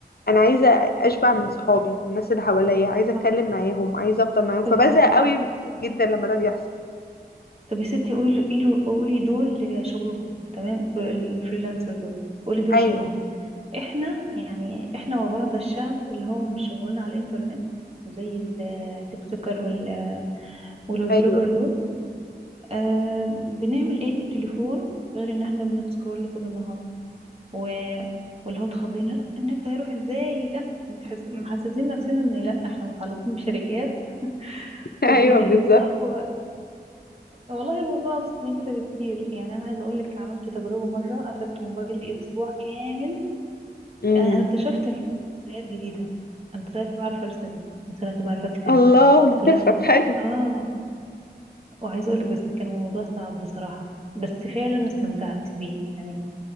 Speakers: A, on the left; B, on the right.
A: انا عايزه اشبع من صحابي من الناس اللي حواليا عايزه
B: صح
A: اتكلم معاهم عايزه افضل معاهم
B: طب
A: فبزهق
B: يا ستي
A: قوي
B: طب يا ستي
A: جدا لما ده بيحصل
B: طب يا ستي قولي قولي قولي دول شغلهم تمام فر- الفريلانسر دول قولي دول
A: ايوه
B: شغلهم احنا يعني احنا وبعض الشعب اللي هو مش شغلنا على الانترنت زي التيك توكر وال- والبلوجر
A: ايوه
B: دول آه بنعمل ايه بالتليفون غير ان احنا بنسكرول طول النهار و... واللي هو اتخضينا "لا، النت هيروح ازاي لا متحس... محسسين نفسنا ان لا احنا متعلقين بشركات والدنيا
A: <laughs> ايوه بالظبط
B: هتقف والله الموضوع أبسط من كده بكتير يعني أنا عايزة أقولك عملت تجربة مرة قفلت موبايلي أسبوع كامل
A: امم
B: أنا أنا اكتشفت في نفسي هوايات جديدة أنا طلعت بعرف أرسم طلعت بعرف أكتب
A: الله
B: طلعت
A: <laughs> طب حلو
B: آه وعايزة أقولك بس كان الموضوع صعب بصراحة بس فعلا استمتعت بيه يعني